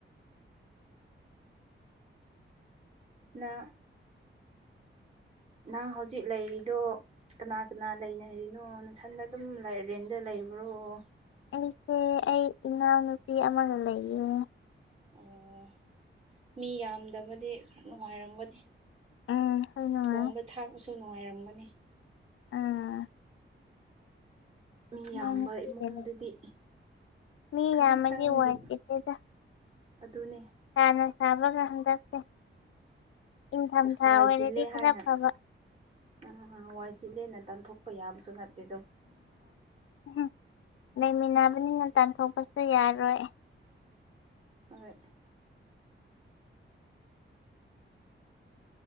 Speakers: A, on the right (about 30°); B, on the left (about 80°).
A: ꯅꯥ ꯅꯪ ꯍꯧꯖꯤꯛ ꯂꯩꯔꯤꯗꯨ ꯀꯅꯥ ꯀꯅꯥ ꯂꯩꯅꯔꯤꯅꯣ ꯅꯊꯟꯗ ꯑꯗꯨꯝ ꯔꯦꯟꯗ ꯂꯩꯕ꯭ꯔꯣꯑꯣ
B: ꯑꯩꯁꯦ ꯑꯩ ꯏꯅꯥꯎꯅꯨꯄꯤ ꯑꯃꯒ ꯂꯩꯌꯦ
A: ꯎꯪ ꯃꯤ ꯌꯥꯝꯗꯕꯗꯤ ꯅꯨꯡꯉꯥꯏꯔꯝꯒꯅꯤ
B: ꯎꯝ ꯍꯣꯏ ꯅꯨꯡꯉꯥꯏ
A: ꯊꯣꯡꯕ ꯊꯥꯛꯄꯁꯨ ꯅꯨꯡꯉꯥꯏꯔꯝꯒꯅꯤ
B: ꯎꯝ
A: ꯃꯤ
B: ꯏꯅꯥꯎꯅꯨꯄꯤꯒ
A: ꯌꯥꯝꯕ ꯏꯃꯨꯡꯗꯗꯤ
B: ꯂꯩ ꯃꯤ
A: ꯈꯖꯤꯛꯇꯪꯒꯤ
B: ꯌꯥꯝꯃꯗꯤ ꯋꯥꯏ ꯆꯤꯜꯂꯤꯗ
A: ꯑꯗꯨꯅꯤ
B: ꯁꯥꯅ ꯁꯥꯕꯒ ꯍꯟꯗꯛꯁꯦ ꯏꯪꯊꯝꯊꯥ
A: ꯋꯥꯏ
B: ꯑꯣꯏꯔꯗꯤ
A: ꯆꯤꯜꯂꯦ
B: ꯈꯔ
A: ꯍꯥꯏꯅ
B: ꯐꯕ
A: ꯎꯝ ꯋꯥꯏ ꯆꯤꯜꯂꯦꯅ ꯇꯥꯟꯊꯣꯛꯄ ꯌꯥꯕꯁꯨ ꯅꯠꯇꯦꯗꯣ
B: ꯎꯍꯨꯡ ꯂꯩꯃꯤꯟꯅꯕꯅꯤꯅ ꯇꯥꯟꯊꯣꯛꯄꯁꯨ ꯌꯥꯔꯣꯏ
A: ꯑꯍꯣꯏ